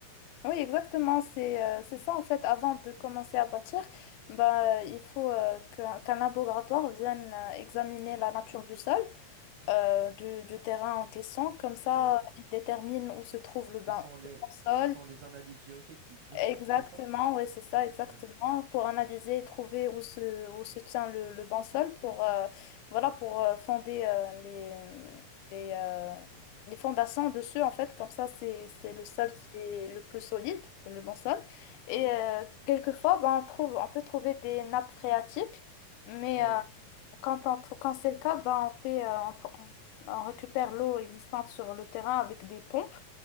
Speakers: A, on the left; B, on the right.
A: Oui, exactement. C'est euh, c'est ça, en fait, avant de commencer à bâtir, bah, euh, il faut euh, qu'un qu'un laboratoire vienne euh, examiner la nature du sol, euh, du, du terrain en question. Comme ça,
B: oui.
A: il détermine où se trouve le bain.
B: Ce sont les,
A: le
B: ce
A: sol
B: sont les analyses géotechniques, je pense,
A: Exactement,
B: c'est ça?
A: oui, c'est ça, exactement,
B: Oui.
A: pour analyser et trouver où se, où se tient le, le bon sol pour, euh, voilà, pour euh, fonder euh, les, les, euh, les fondations dessus, en fait, comme ça, c'est, c'est le sol
B: Mhm.
A: qui est
B: Mhm.
A: le plus solide, le bon sol. Et euh, quelquefois, ben, on trouve, on peut trouver des nappes phréatiques, mais
B: Oui,
A: euh, quand, on trou- quand c'est le cas, ben, on fait, euh, on, on on récupère l'eau existante sur le terrain avec des pompes.